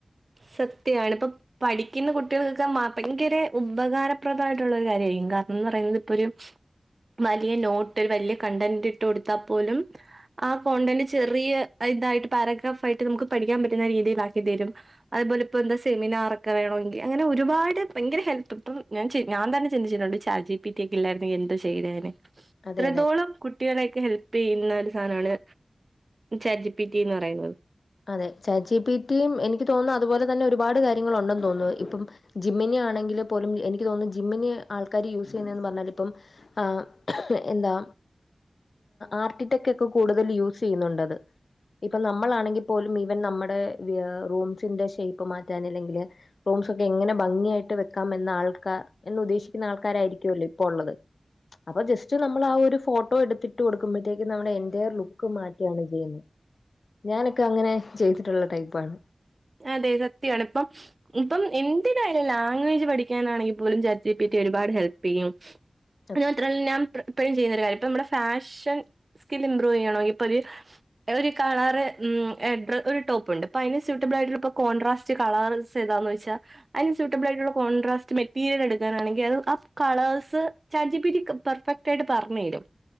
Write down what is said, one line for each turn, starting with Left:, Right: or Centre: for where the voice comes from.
Right: സത്യാണ് ഇപ്പൊ പഠിക്കുന്ന കുട്ടികൾക്കൊക്കെ ഭയങ്കര ഉപകാരപ്രദമായിട്ടുള്ള ഒരു കാര്യമായിരിക്കും കാരണം എന്ന് പറയുന്നത് ഇപ്പൊ ഒരു വലിയ നോട്ട് വലിയ കണ്ടന്റ് ഇട്ടുക്കൊടുത്താൽ പോലും ആ കോണ്ടന്റ് ചെറിയ ഇതായിട്ട് പാരഗ്രാഫ് ആയിട്ട് നമുക്ക് പഠിക്കാൻ പറ്റുന്ന രീതിയിലാക്കിത്തരും അതുപോലെ ഇപ്പൊ എന്ത സെമിനാറൊക്കെ വേണെങ്കിൽ അങ്ങനെ ഒരുപാട് ഭയങ്കര ഹെല്പ് ഇപ്പൊ ഞാൻ ഞാൻ തന്നെ ചിന്തിച്ചിട്ടുണ്ട് ചജിപിറ്റി ഒക്കെ ഇല്ലായിരുന്ന് എങ്കിൽ എന്ത് ചെയ്തേന്നെ
Left: അതെ
Right: ഇത്രത്തോളം
Left: അതെ.
Right: കുട്ടികളെയക്കെ ഹെൽപ് ചെയ്യുന്ന ഒരു സാധനമാണ് ചാറ്റ് ജിപ്പിറ്റി എന്ന് പറയുന്നത്
Left: അതെ ചജിപ്പിറ്റിയും എനിക്ക് തോന്നുന്നു അതുപോലെ തന്നെ ഒരുപാട് കാര്യങ്ങളും ഉണ്ടെന്ന് തോന്നുന്നു ഇപ്പം ജിമിനി ആണെങ്കില് പോലും എനിക്ക് തോന്നുന്നു ജിമിനി ആൾക്കാര് യൂസ് ചെയ്യുന്നതന്ന് പറഞ്ഞാൽ ഇപ്പം ആ എന്താ ആർട്ടിടെക് ഒക്കെ കൂടുതൽ യൂസ് ചെയ്യുന്നുണ്ട് അത്‌ ഇപ്പം നമ്മളാണെങ്കിൽ പോലും ഈവൻ നമ്മുടെ റൂംസ്ന്റെ ഷേപ്പ് മാറ്റാൻ അല്ലെങ്കിൽ റൂംസ് ഒക്കെ എങ്ങനെ ഭംഗിയായിട്ട് വെക്കാം എന്ന ആൾക്കാർ എന്ന് ഉദ്ദേശിക്കുന്ന ആൾക്കാരായിരിക്കുവല്ലോ ഇപ്പ ഉള്ളത് അപ്പൊ ജസ്റ്റ് നമ്മൾ ആ ഒരു ഫോട്ടോ എടുത്തിട്ട് കൊടുക്കുമ്പോഴത്തേക്കും നമ്മുടെ എന്റയർ ലുക്ക് മാറ്റിയാണ് ചെയ്യുന്നത് ഞാനൊക്കെ അങ്ങനെ ചെയ്തിട്ടുള്ള ടൈപ്പാണ്
Right: അതെ സത്യാണ് ഇപ്പം ഇപ്പം എന്തിനായാലും ലാംഗ്വേജ് പഠിക്കാനാണെങ്കിൽ പോലും ചാറ്റ്ജിപ്പിറ്റി ഒരുപാട് ഹെൽപ് ചെയ്യും
Left: <inaudible>
Right: അത് മാത്രമല്ല ഞാൻ ഇപ്പോഴും ചെയ്യുന്ന ഒരു കാര്യം ഇപ്പം നമ്മുടെ ഫാഷൻ സ്കിൽ ഇമ്പ്രൂവ് ചെയ്യണമെങ്കിൽ ഇപ്പൊ ഒരു ഒരു കളർ എഡ്ര ഒരു ടോപ്പ് ഇണ്ട് അപ്പൊ അതിന് സ്യൂട്ട് സ്യൂട്ടാബിൽ ആയിട്ടുള്ള ഇപ്പൊ കോൺട്രാസ്റ്റ് കളർസ് ഏതാ എന്ന് ചോദിച്ചാൽ അതിന് സൂട്ടബിൾ ആയിട്ടുള്ള കോൺട്രാസ്റ്റ് മെറ്റീരിയൽ എടുക്കാനാണെങ്കിൽ അത് ആ കളേഴ്സ് ചാറ്റ്ജിപ്പിറ്റി പെർഫെക്റ്റ് ആയിട്ട് പറഞ്ഞ് തരും